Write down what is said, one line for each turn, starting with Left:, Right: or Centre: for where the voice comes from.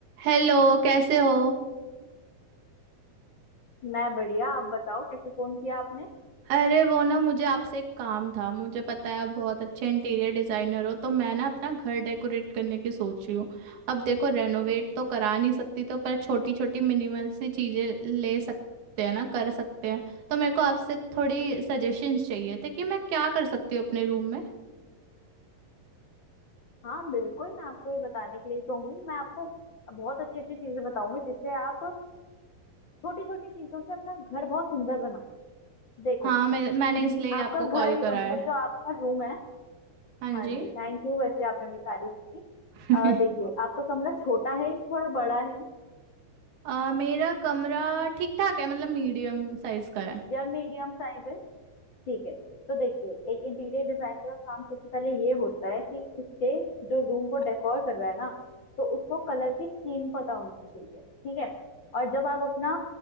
Right: Hello कैसे हो
Left: मैं बढ़िया आप बताओ कैसे फोन किया आपने
Right: अरे वो ना मुझे आपसे एक काम था मुझे पता है आप बहुत अच्छे इंटीरियर डिजाइनर हो तो मैं ना अपना घर डेकोरेट करने की सोच रही हूँ अब देखो रेनोवेट तो करा नहीं सकती तो पर छोटी छोटी मिनिमल सी चीजें ले सकते हैं ना कर सकते हैं तो मेरे को आपसे थोड़ी सजेशंस चाहिए थे कि मैं क्या कर सकती हूँ अपने रूम में
Left: हाँ बिल्कुल मैं आपको ये बताने के लिए तो हूँ मैं आपको बहुत अच्छी अच्छी चीजें बताऊंगी जिससे आप छोटी छोटी चीजों से अपना घर बहुत सुंदर बना सकते देखो
Right: हाँ मैं मैंने
Left: <clears throat>
Right: इसलिए ही
Left: आपका
Right: आपको
Left: घर
Right: कॉल करा
Left: मतलब
Right: है
Left: जो आपका रूम है
Right: हाँ
Left: हाँ
Right: जी
Left: जी थैंक यू वैसे आपने मेरी तारीफ की
Right: <laughs>
Left: अ, देखिए आपका कमरा छोटा है या थोड़ा बड़ा है
Right: अ, मेरा कमरा ठीक ठाक है मतलब मीडियम साइज का है
Left: या मीडियम साइज है ठीक है तो देखिए एक इंटीरियर डिजाइनर का काम सबसे पहले ये होता है कि उसके जो रूम वो डेकोर कर रहा है ना तो उसको कलर की स्कीम पता होनी चाहिए ठीक है और जब आप अपना